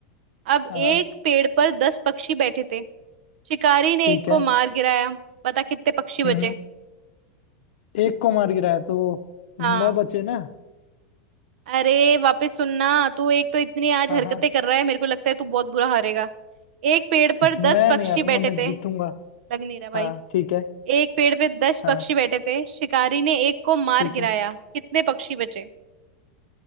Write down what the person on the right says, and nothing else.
अब
एक पेड़ पर दस पक्षी बैठे थे शिकारी ने
एक को
मार गिराया बता कितने पक्षी बचे
हाँ
अरे वापस सुनना तू एक तो इतनी आज
हरकतें
कर रहा है मेरे को लगता है तू बहुत बुरा हारेगा एक पेड़ पर
दस पक्षी
बैठे
थे लग नहीं रहा भाई
एक पेड़ पे दस
पक्षी बैठे थे शिकारी ने एक को मार
गिराया
कितने पक्षी बचे